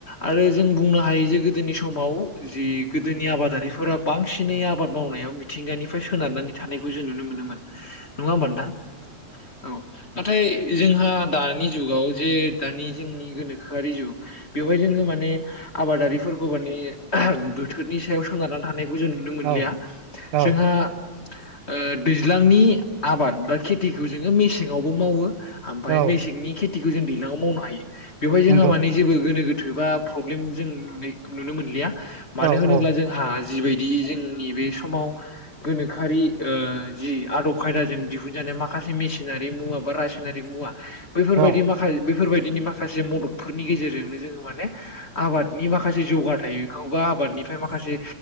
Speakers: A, on the left; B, on the right.
A: आरो जों बुंनो हायो जे गोदोनि समाव जि गोदोनि आबादारिफोरा बांसिनै आबाद मावनायाव मिथिंगानिफ्राय सोनारनानै थानायखौ जों नुनो मोनोमोन। नंङा ओमबा नोथां? औ। नाथाय जोंहा दानि जुगाव जे दानि जोंनि गोनोखोआरि जुग बेवहाय जोंङो माने आबादारिफोरखौ माने बोथोरनि सायाव सोनारनानै थानायखौ जों नुनो मोनलिया
B: औ औ
A: जोंहा ओ दैज्लांनि आबाद बा खेथिखौ जोंङो मेसेंआवबो मावो। ओमफ्राय
B: औ
A: मेसेंनि खेथिखौ जों दैलाङाव मावनो हायो बेवहाय जोंहा
B: नंगौ
A: माने जेबो गोनो गोथो बा प्रब्लेम जों नुनो नुनो मोनलिया मानो
B: औ
A: होनोब्ला
B: औ
A: जों जोंहा जिबायदि जोंनि बे समाव गोनोखोआरि ओ जि आदब खायदाजों दिहुनजानाय माखासे मेसिनारि मुवा बा रासायनारि मुवा बैफोरबायदि
B: औ
A: माखा बेैफोरबायदिनि माखासे मददफोरनि गेजेरजोंनो जोंङो माने आबादनि माखासे जौगाथायखौबो आबादनिफ्राय माखासे